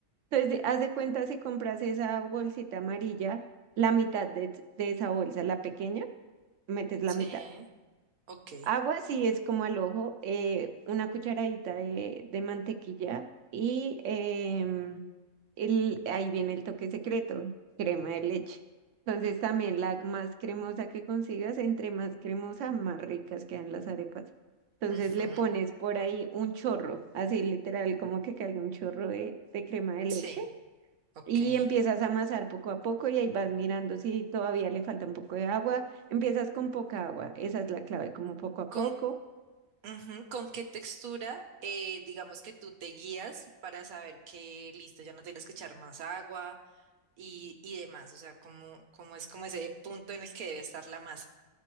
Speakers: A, on the right (about 65°); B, on the right (about 85°).
A: entonces, haz de cuenta si compras esa bolsita amarilla, la mitad de, de esa bolsa, la pequeña, metes la
B: Sí,
A: mitad.
B: ok.
A: Agua, si es como al ojo, eh, una cucharadita de, de mantequilla y em, el- ahí viene el toque secreto, crema de leche. Entonces, también la más cremosa que consigas, entre más cremosa, más ricas quedan las arepas. Entonces,
B: Ujú,
A: le pones por ahí un chorro, así literal, como que caiga un chorro de de crema de leche
B: Sí, ok.
A: y empiezas a amasar poco a poco y ahí vas mirando si todavía le falta un poco de agua. Empiezas con poca agua, esa es la clave, como poco a poco.
B: ¿Con Ujú, ¿Con qué textura, eh, digamos que tú te guías para saber que listo, ya no tienes que echar más agua y, y demás? O sea, ¿cómo, cómo es como ese punto en el que debe estar la masa?